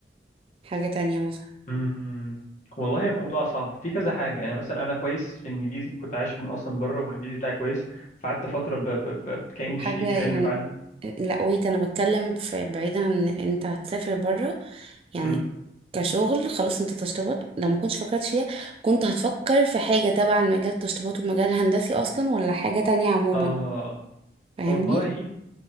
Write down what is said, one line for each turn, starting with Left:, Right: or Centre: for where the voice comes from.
Right: حاجة تانية مثلا
Left: مم، والله الموضوع صعب في كذا حاجه يعني مثلا انا كويس في الانجليزي كنت عايش من اصلا بره والانجليزي بتاعي كويس فقعدت فتره ب... ب... ب... كانجلش
Right: حاجة
Left: تيتشر
Right: يعني
Left: يعني بعلم
Right: لا ويت انا بتكلم في بعيدا عن ان انت هتسافر بره يعني
Left: مم.
Right: كشغل خلاص انت تشطيبات لو ما كنتش فكرت فيها كنت هتفكر في حاجة تبع المجال التشطيبات والمجال الهندسي اصلا ولا حاجة تانية عموما
Left: اه
Right: فاهمني
Left: والله